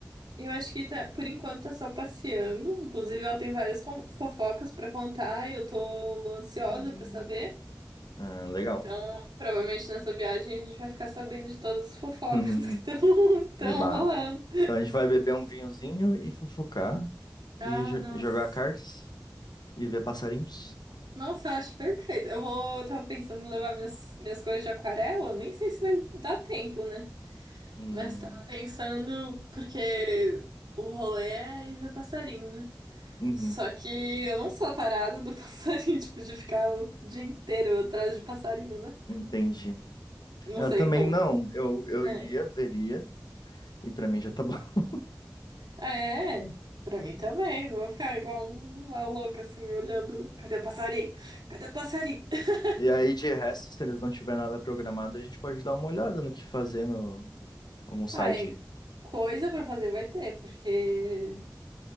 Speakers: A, on the right; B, on the left.
A: eu acho que tá, por enquanto tá só passeando. Inclusive, ela tem várias con- fofocas pra contar e eu tô ansiosa
B: Hum,
A: pra saber.
B: ah, legal.
A: Então, provavelmente nessa viagem a gente vai ficar sabendo de todas as fofocas
B: <laughs>
A: <laughs> que estão estão
B: Eba.
A: rolando.
B: Então a gente vai beber um vinhozinho e fofocar
A: Ah,
B: e jo-
A: nossa.
B: jogar cartas e ver passarinhos.
A: Nossa, eu acho perfeito. Eu vou, eu tava pensando em levar minhas, minhas coisas de aquarela. Nem sei se vai dar tempo, né?
B: Hum,
A: Mas tava pensando, porque o rolê é ir ver passarinho, né?
B: uhum,
A: Só que eu não sou a tarada do <laughs> passarinho, tipo, de ficar o dia inteiro atrás de passarinho, né?
B: entendi.
A: Não
B: Eu
A: sei
B: também
A: como.
B: não, eu, eu
A: É,
B: iria, veria, e pra mim já tá bom. <laughs>
A: Ah, é, pra mim também. Vou ficar igual uma louca, assim, olhando. Cadê o passarinho? Cadê o passarinho? <laughs>
B: E aí, de resto, se eles não tiver nada programado, a gente pode dar uma olhada no que fazer no, algum site.
A: Ah, é, coisa pra fazer vai ter, porque